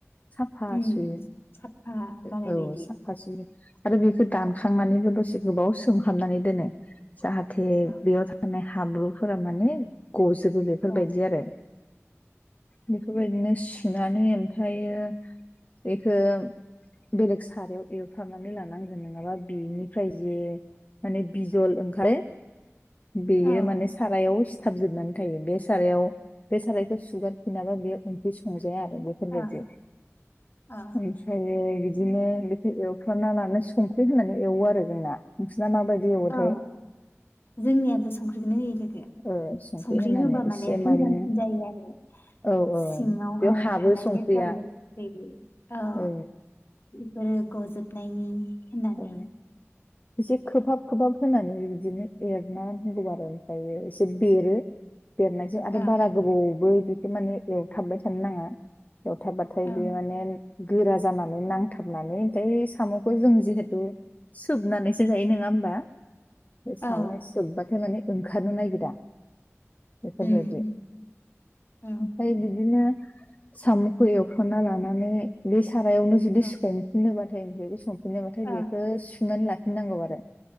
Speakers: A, on the left; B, on the left.
A: साफा
B: उम
A: सुयो
B: साफा जानाय
A: औ
B: बायदि
A: साफा सुयो आरो बेखौ दानखांनानैबो
B: ओ
A: दसे एसे गोबाव सोंहाबनानै दोनो जाहाथ
B: ओ
A: बेयाव थानाय हा हाब्रुफोरा माने गजो जोबो बेफोरबायदि
B: ओ
A: आरो बेफोरबायदिनो सु सुनानै ओमफ्रायो बेखौ बेलेग सारायाव एवफ्रामनानै लानांगोन नङाबा बिनिफ्राय जे माने बिजल ओंखारो बेयो
B: औ
A: माने सारायाव सि थाबजोबनानै थायो बे सारायाव बे सारायखौ सुगार फिनाबा बेयो ओंखि जाया आरो बेफोरबायदि
B: ओ औ
A: ओफ्रायो बिदिनो बेखौ एवफ्रना लानानै संख्रि होनानै एवो आरो जोंना माबायदि एवोथाय
B: औ जोंनियाबो संख्रिखौनो होयो लोगो
A: ओ
B: संख्रि
A: होनानै
B: होबा
A: एसे
B: माने मोजांसिन
A: मानो
B: जायो आरो
A: औ औ
B: सिङाव
A: बेयाव
B: बेवहाय
A: हाबो
B: थानाय
A: संख्रिया
B: लेथ्रा लेथ्रि ओ
A: औ
B: फोर गजोबनायनि होननानानै
A: औ एसे खोबहाब खोबहाब होनानै बिदिनो एरना होनगौ आरो ओमफ्रायो एसे बेरो बेरनायजों आरो
B: ओं
A: बारा गोबाव बो बिखौ माने एवथाबबाय थानो नाङा एवथाबबाथाय
B: ओं
A: बे माने गोरा जानानै नांथाबनानै ओमफ्राय सामखौ जों जिह थु सोबनानैसो जायो नङा होमबा
B: औ
A: साम सोबबाथाय माने ओंखारनो नागिरा बेफोरबायदि
B: उम औ
A: ओमफ्राय बिदिनो सामखौ एवफ्रामना लानानै बे- सारायावनो जुदि
B: औ
A: संफिननोबा थाय बे सं नाथाय
B: ओं
A: बेखौ सुनानै लाखि नांगौ आरो